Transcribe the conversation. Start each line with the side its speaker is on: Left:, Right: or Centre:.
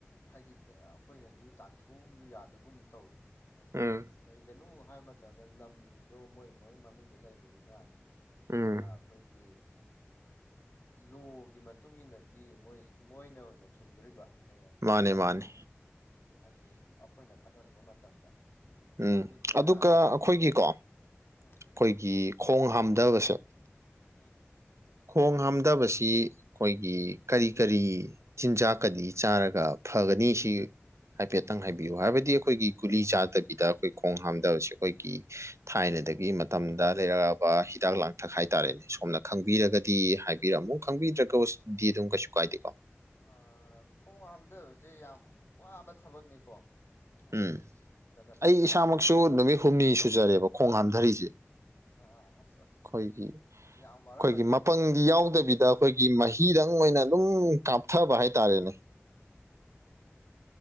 Left: ꯍꯥꯏꯗꯤ ꯑꯩꯈꯣꯏꯅꯁꯨ ꯇꯥꯟꯊꯣꯛꯎꯕꯁꯨ ꯌꯥꯗꯒꯨꯝ ꯇꯧ ꯍꯥꯏꯗꯤ
Right: ꯎꯝ
Left: ꯂꯩꯒꯅꯨ ꯍꯥꯏꯕ ꯃꯇꯝꯗ ꯂꯝꯗꯣ ꯃꯣꯏ ꯃꯣꯏ ꯃꯃꯤꯡꯗ ꯂꯩꯕꯅꯤꯅ ꯑꯥ
Right: ꯎꯝ
Left: ꯑꯩꯈꯣꯏꯒꯤ ꯂꯣꯒꯤ ꯃꯇꯨꯡ ꯏꯟꯅꯗꯤ ꯃꯣꯏ ꯃꯣꯏꯅ ꯑꯣꯏꯅ ꯆꯨꯝꯗꯣꯔꯤꯕ ꯍꯌꯦꯡ
Right: ꯃꯥꯅꯦ
Left: ꯍꯦꯛꯇ
Right: ꯃꯥꯅꯦ
Left: ꯍꯥꯏꯗꯤ ꯑꯩꯈꯣꯏꯅ ꯈꯠꯅꯔꯨꯕ ꯃꯇꯝꯗ
Right: ꯎꯝ
Left: ꯑꯗꯨꯗꯨꯅ
Right: ꯑꯗꯨꯒ ꯑꯩꯈꯣꯏꯒꯤꯀꯣ
Left: ꯎꯝ ꯎꯝ
Right: ꯑꯩꯈꯣꯏꯒꯤ ꯈꯣꯡ ꯍꯥꯝꯊꯕꯁꯦ
Left: ꯎꯝ ꯎꯝ
Right: ꯈꯣꯡ ꯍꯥꯝꯊꯕꯁꯤ ꯑꯩꯈꯣꯏꯒꯤ ꯀꯔꯤ ꯀꯔꯤ ꯆꯤꯟꯖꯥꯛꯀꯗꯤ ꯆꯥꯔꯒ ꯐꯒꯅꯤ ꯁꯤ ꯍꯥꯏꯐꯦꯠꯇꯪ ꯍꯥꯏꯕꯤꯌꯨ ꯍꯥꯏꯕꯗꯤ ꯑꯩꯈꯣꯏꯒꯤ ꯒꯨꯂꯤ ꯆꯥꯗꯕꯤꯗ ꯑꯩꯈꯣꯏ ꯈꯣꯡ ꯍꯥꯝꯊꯕꯁꯤ ꯑꯩꯈꯣꯏꯒꯤ ꯊꯥꯏꯅꯗꯒꯤ ꯃꯇꯝꯗ ꯂꯩꯔꯛꯑꯕ ꯍꯤꯗꯥꯛ ꯂꯥꯡꯊꯛ ꯍꯥꯏꯇꯥꯔꯦꯅꯦ ꯁꯣꯝꯅ ꯈꯪ ꯕꯤꯔꯒꯗꯤ
Left: ꯎꯝ
Right: ꯍꯥꯏ ꯔꯝꯃꯣ ꯈꯪꯕꯤꯗ꯭ꯔꯒꯗꯤ ꯑꯗꯨꯝ ꯀꯩꯁꯨ ꯀꯥꯏꯗꯦꯀꯣ
Left: ꯑ ꯈꯣꯡ ꯍꯥꯝꯊꯕꯁꯦ ꯌꯥꯝ ꯋꯥꯕ ꯊꯕꯛꯅꯤꯀꯣ ꯍꯥꯏꯗꯤ
Right: ꯎꯝ
Left: ꯖꯒꯠ ꯁꯡꯁꯥꯔꯁꯤꯗ
Right: ꯑꯩ ꯏꯁꯥꯃꯛꯁꯨ ꯅꯨꯃꯤꯠ ꯍꯨꯝꯅꯤ ꯁꯨꯖꯔꯦꯕ ꯈꯣꯡ ꯍꯥꯝꯊꯔꯤꯁꯦ ꯑꯩꯈꯣꯏꯒꯤ
Left: ꯑꯥ ꯑꯁ ꯑꯁ
Right: ꯑꯩꯈꯣꯏꯒꯤ
Left: ꯌꯥꯝ ꯋꯥꯔꯝꯃꯅꯤ
Right: ꯃꯄꯪꯗꯤ
Left: ꯑꯗꯨꯗꯤ
Right: ꯌꯥꯎꯗꯕꯤꯗ ꯑꯩꯈꯣꯏꯒꯤ ꯃꯍꯤꯗꯪ ꯑꯣꯏꯅ ꯑꯗꯨꯝ ꯀꯥꯞꯊꯕ ꯍꯥꯏꯇꯥꯔꯦꯅꯦ
Left: ꯎꯝ ꯎꯝ